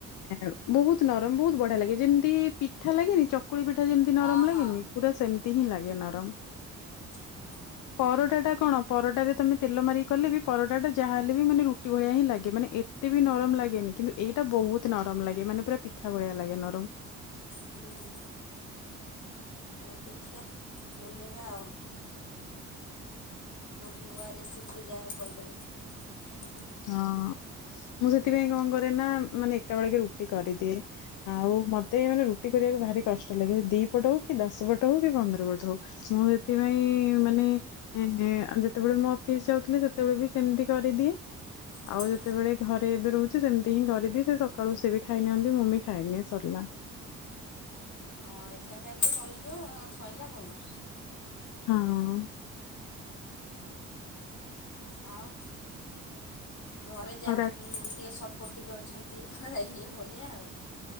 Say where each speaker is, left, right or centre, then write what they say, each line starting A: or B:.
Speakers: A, on the left; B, on the left.
A: ଏଉ ବହୁତ ନରମ ବହୁତ ବଢିଆ ଲାଗେ ଯେମିତି ପିଠା ଲାଗେନି ଚ କୁକୁଳି ପିଠା ଯେମିତି
B: ହଁ
A: ନରମ
B: ହଁ
A: ଲାଗେନି ପୁରା ସେମିତି ହିଁ ଲାଗେ ନରମ।
B: ଅ।
A: ପରଟା ଟା କଣ ପରଟାରେ ତମେ ତେଲ ମାରିକିକଲେ ବି ପରଟା ଟା ଯାହା ହେଲେ ବି ମାନେ ରୁଟି ଭଳିଆ ହିଁ ଲାଗେ ମାନେ ଏ ତେ ବି ନରମ ଲାଗେନି କିନ୍ତୁ ଏଇଟା ବହୁତ ନରମ ଲାଗେ ମାନେ ପୁରା ପିଠା ଭଳିଆ ଲାଗେ ନରମ।
B: ହୁଁ ହୁଁ ହଉ ଦେଖିଆ ବନେଇବା ଆଉ। ଗୋଟେ ନୂଆ ରେସିପିରେ ଯାହା ହଉ କହିଦେଲ ହୁଁ ହୁଁ।
A: ହଁ ମୁଁ ସେଥିପାଇଁ କଣ କରେ ନା ମ ମାନେ ଏକା ବେଳେକେ ରୁଟି କରିଦିଏ। ଆଉ ମତେ ମାନେ ରୁଟି କରିବାକୁ ଭାରି କଷ୍ଟ ଲାଗେ ସେ ଦି ପଟ ହଉ କି ଦଶ ପଟ ହଉ କି ପନ୍ଦର ପଟ ହଉ। ମୁଁ ସେଥିପାଇଁ ମାନେ ଇଁ ଯେତେବେଳେ ମୁଁ ଅଫିସ ଯାଉଥିଲି ସେତେବେଳେ ବି ସେମିତି କରିଦିଏ।
B: ହୁଁ।
A: ଆଉ ଯେତେବେଳେ ଘରେ ଏବେ ରହୁଛି ସେମିତି ହିଁ କରିଦିଏ ସେ ସକାଳୁ ସେ ବି ଖାଇ ନିଅନ୍ତି ମୁଁ ବି ଖାଇନିଏ ସରିଲା।
B: ହଁ ଏକା ଟାଇମରେ ବନିଯିବ ସଇଲା ଭଲ।
A: ହଁ।
B: ଆଉ ଘରେ ଯାହା
A: ଆଉ ରା
B: ହଉ ଉଁ ଟିକେ ସପ ଟିବ ଅଛନ୍ତି ପୁରା ଇଏ ଭଳିଆ ଆଉ।